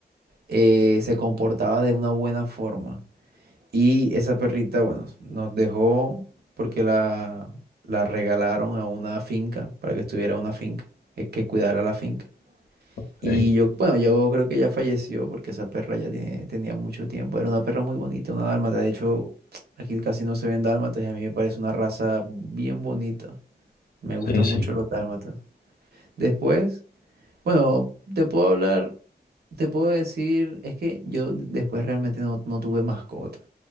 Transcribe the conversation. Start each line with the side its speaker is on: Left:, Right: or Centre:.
Right: eh, se comportaba de una buena forma. Y esa perrita, bueno, nos dejó porque la, la regalaron a una finca, para que estuviera en una finca, que que cuidara la finca.
Left: ok,
Right: Y yo, bueno, yo creo que ya falleció porque esa perra ya tiene- tenía mucho tiempo. Era una perra muy bonita, una dálmata. De hecho, aquí casi no se ven dálmatas y a mí me parece una raza bien bonita. Me
Left: sí,
Right: gustan
Left: sí,
Right: mucho los dálmatas. Después, bueno, te puedo hablar, te puedo decir, es que yo después realmente no, no tuve mascotas.